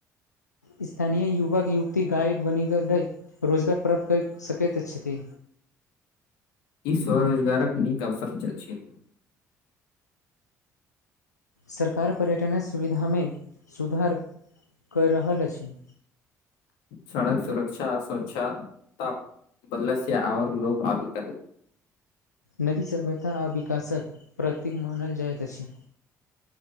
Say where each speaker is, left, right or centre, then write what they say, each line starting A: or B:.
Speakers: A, on the left; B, on the left.
A: स्थानीय युवक युवती गाइड बनि रोजगार प्राप्त कऽ सकैत छथि
B: ई स्वरोजगारक नीक अवसर अछि
A: सरकार पर्यटन सुविधा मे सुधार कैऽ रहल अछि
B: सड़क सुरक्षा स्वच्छा ताप बदला सँ आवर लोक अभी तक
A: नदी सभ्यता आ विकासक प्रतीक मानल जाइत अछि